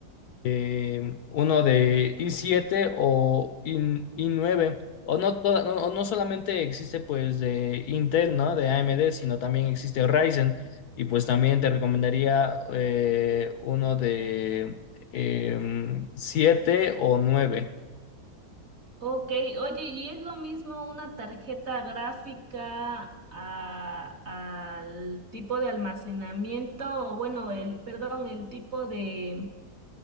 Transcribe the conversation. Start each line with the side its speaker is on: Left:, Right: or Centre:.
Left: eh, uno de i siete o i- i9. O no, toda- no, o no solamente existe pues de Intel, ¿no? De AMD, sino también existe Ryzen. Y pues también te recomendaría eh, uno de em, 7 o nueve
Right: Ok, oye, ¿y es lo mismo una tarjeta gráfica a- al tipo de almacenamiento, o bueno, el, perdón, el tipo de,